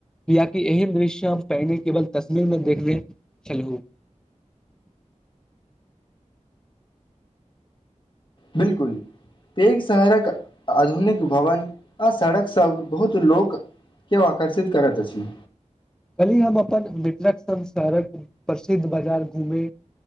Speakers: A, in the centre; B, on the left.
A: कियाकि एहन दृश्य हम पहिने केवल तस्वीर मे देखने छलहु <inaudible>
B: बिलकुल पेड़ सहरक आधुनिक भवन आ सड़क सब बहुत लोक के आकर्षित करत अछी
A: कल्हि हम अपन मित्रक शहरक प्रसिद्ध बाजार घूमे